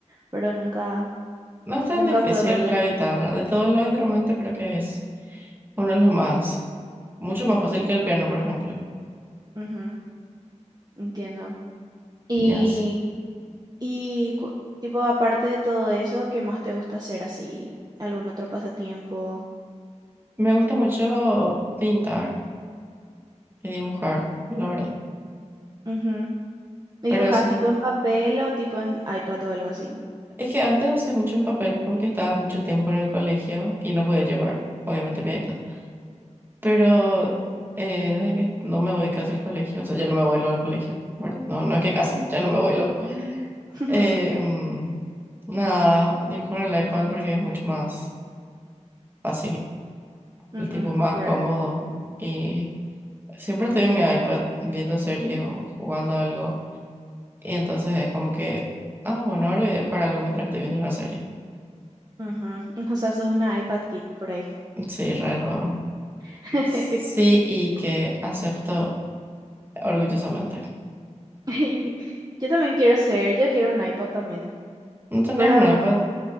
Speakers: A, on the right; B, on the right.
A: pero nunca,
B: No es
A: nunca
B: tan difícil
A: pude aprender.
B: la guitarra. De todos los instrumentos creo que es uno de los más, mucho más fácil que el piano, por ejemplo.
A: Ujú, entiendo. Y,
B: Ya,
A: y, cu- tipo, aparte de todo eso, ¿qué más te gusta hacer así? ¿Algún otro pasatiempo?
B: Me gusta mucho pintar y dibujar, la verdad.
A: Ujú. ¿Y
B: Pero
A: dibujas
B: eso,
A: tipo en papel o tipo en iPad o algo así?
B: es que antes hacía mucho en papel porque estaba mucho tiempo en el colegio y no podía llevar, obviamente, mi iPad. Pero eh, desde que no me voy casi al colegio, o sea, ya no me voy luego al colegio, ¿verdad? No, no es que casi, ya no me voy luego. <laughs>
A: <laughs>
B: Eh, mm, nada, dibujo en el iPad porque es mucho más fácil,
A: Ujú,
B: el tipo más
A: claro.
B: cómodo y siempre estoy en mi iPad viendo series o jugando algo. Y entonces es como que, ah, bueno, ahora voy a jugar algo mientras estoy viendo una serie.
A: Ujú. <laughs> O sea, sos una iPad Kid por ahí.
B: Sí, re lo hago.
A: <laughs>
B: Sí, y que acepto orgullosamente.
A: <laughs> Yo también quiero ser, yo quiero un iPad también.
B: No tenés
A: Pero
B: un iPad,